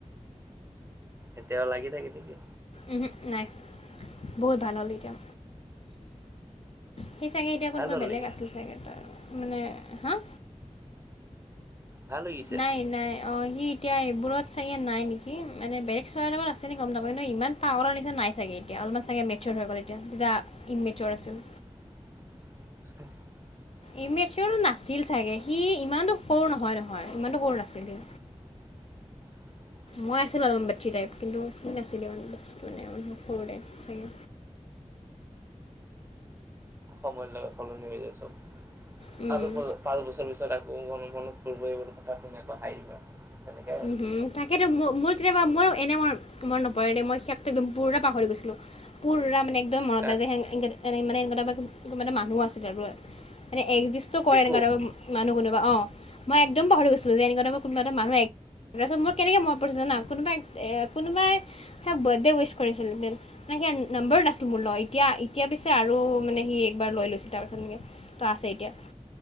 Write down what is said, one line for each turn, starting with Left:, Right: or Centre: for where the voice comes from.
Right: এতিয়াও লাগি থাকে নেকি?
Left: উম হো নাই বহুত ভাল হ'ল এতিয়া সেই চাগে এতিয়া
Right: ভাল
Left: কোনোবা
Right: হ'ল
Left: বেলেগ
Right: নেকি
Left: আছিল চাগে তাৰ, মানে হা
Right: ভাল হৈ গৈছে
Left: নাই নাই অঁ সি এতিয়া এইবোৰত চাগে নাই নেকি মানে বেলেগ চোৱাৰ লগত আছে নেকি গম নাপায় কিন্ত ইমান পাগলৰ নিচনা নাই চাগে এতিয়া অলপমান চাগে মেৰছৰ হৈ গ'ল এতিয়া তেতিয়া ইনমেচ'ৰ আছিল্
Right: <inaudible>
Left: ইমেজৰ চৰটো
Right: আছে
Left: নাছিল চাগে সি ইমানটো সৰু নহয় নহয় ইমানটো সৰু নাছিল সি
Right: <inaudible>
Left: মই আছিলোঁ অলপমান মেতি টাইপ কিন্তু সি নাছিলে ইমানটো মানে আৰু সৰু টাইপ চাগে
Right: সময় লগত সলনি হৈ যায় চব
Left: চাগে
Right: আৰু ক পাঁচ বছৰ পিছত আকৌ মনত মনত পৰিব কথা শুনি আকৌ হাঁহিবা সেনেকে
Left: উম তাকেতো মোৰ মোৰ তেতিয়া পৰা মোৰ এনেই মো মন নপৰে দেই মই সিয়াক টো একদম পোৰা পাহৰি গৈছিলোঁ। পুৰা মানে একদম মন
Right: কাক
Left: নেযাই যে এনে মানে এনেকুৱা এটা মানে মানুহ আছিল ত আৰু এ একজিষ্টো কৰে
Right: ৰিকু
Left: এনেকুৱা এটা মানুহ কোনোব অ মই একদম পাহৰি গৈছিলো যে এনেকুৱা এটা কোনোবা এটা মানুহ এক তাৰপছত মোৰ কেনেকৈ মন পৰিছে জানা কোনোবাই কোনোবাই সিয়াক বাৰ্থডে উইচ কৰিছিল একদিন সিয়াৰ নম্বাৰো নাছিলো মোৰ লগত এতিয়া এতিয়া পিছে আৰু মানে সি একবাৰ লৈ লৈছে তাৰপিছত মোৰ এ তাৰ আছে এতিয়া